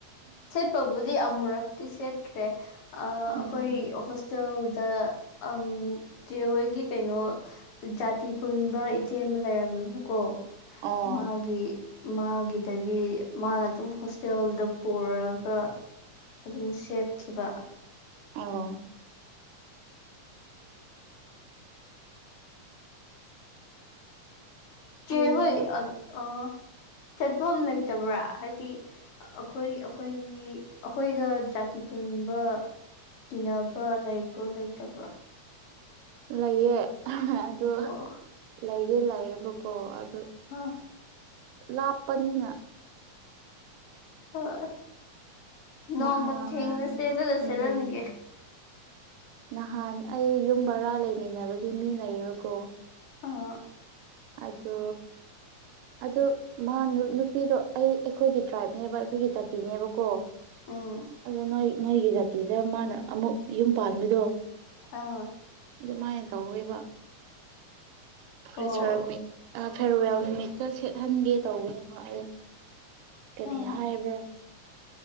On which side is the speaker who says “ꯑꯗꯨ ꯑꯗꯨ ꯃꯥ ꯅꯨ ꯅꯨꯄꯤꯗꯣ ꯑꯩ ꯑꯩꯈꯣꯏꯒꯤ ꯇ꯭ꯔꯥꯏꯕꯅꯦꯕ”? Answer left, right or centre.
Right